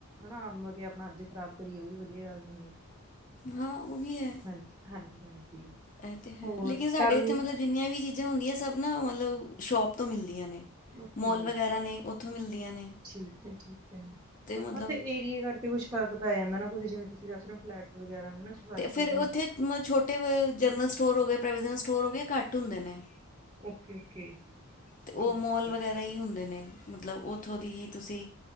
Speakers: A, on the right; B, on the left.
A: ਹਨਾ ਆਪ ਆਪਣਾ ਅੱਜ ਖਰਾਬ ਕਰੀਏ ਉਹ ਵੀ ਵਧੀਆ ਗੱਲ ਨੀ ਹੈਗੀ।
B: ਹਾਂ। ਉਹ ਵੀ ਹੈ
A: ਹਾਂਜੀ ਹਾਂਜੀ ਹਾਂਜੀ।
B: ਇਹ ਤੇ ਹੈ
A: ਹੋਰ
B: ਲੇਕਿਨ ਸਾਡੇ
A: ਘਰ ਵੀ
B: ਇੱਥੇ ਮਤਲਬ ਜਿੰਨੀਆਂ ਵੀ ਚੀਜ਼ਾਂ ਹੁੰਦੀਆਂ ਸਭ ਨਾ ਮਤਲਬ। ਮਤਲਬ ਸ਼ੋਪ ਤੋਂ ਮਿਲਦੀਆਂ ਨੇ।
A: ੳਕੇ
B: ਮੋਲ ਵਗੈਰਾ ਨੇ ਉੱਥੋਂ ਮਿਲਦੀਆਂ ਨੇ
A: ਠੀਕ ਹੈ ਠੀਕ ਹੈ
B: ਤੇ ਮਤਲਬ
A: ਬਸ ਏਰੀਏ ਕਰਕੇ ਕੁਛ। ਫਰਕ ਪੈ ਜਾਂਦਾ ਨਾ ਕੁਝ ਜਿਵੇਂ ਤੁਸੀਂ ਦੱਸ ਰਹੇ ਹੋ ਫਲੈਟਸ ਵਗੈਰਾ। ਨੇ ਨਾ ਸੁਸਾਇਟੀਜ਼
B: ਤੇ ਫਿਰ
A: ਨੇ।
B: ਉੱਥੇ ਮ ਛੋਟੇ ਜਨਰਲ ਸਟੋਰ ਹੋ ਗਏ ਪ੍ਰਵੀਜ਼ਨਲ ਸਟੋਰ ਹੋ ਗਏ ਘੱਟ ਹੁੰਦੇ ਨੇ।
A: ਓਕੇ ਓਕੇ
B: ਤੇ
A: ਠੀਕ
B: ਉਹ ਮੋਲ
A: ਹੈ
B: ਵਗੈਰਾ ਹੀ ਹੁੰਦੇ ਨੇ। ਮਤਲਬ ਉੱਥੋਂ ਦੀ ਤੁਸੀਂ।